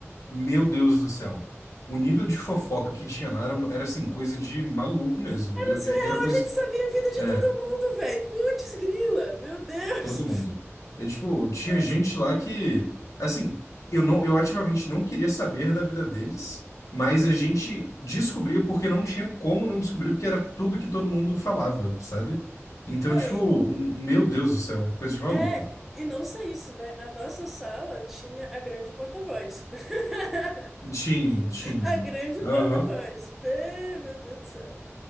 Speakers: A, on the left (about 85°); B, in the centre.
A: meu Deus do céu. O nível de fofoca que tinha lá era, era assim, coisa de maluco mesmo.
B: Era
A: Eu-
B: surreal,
A: é- era coisa.
B: a gente sabia a vida de
A: É,
B: todo mundo, velho. Putz, grila, meu Deus.
A: todo mundo. Eu, tipo, tinha
B: <laughs> Nossa.
A: gente lá que. Assim, eu não, eu ativamente não queria saber da vida deles, mas a gente descobria porque não tinha como não descobrir, porque era tudo que todo mundo falava, sabe? Então,
B: Não,
A: tipo,
B: e.
A: meu Deus do céu, coisa de maluco.
B: É, e não só isso, né? A nossa sala tinha a grande porta-voz. <laughs>
A: Tinha, tinha.
B: A grande
A: Aham.
B: porta-voz. Pê, Meu Deus do céu.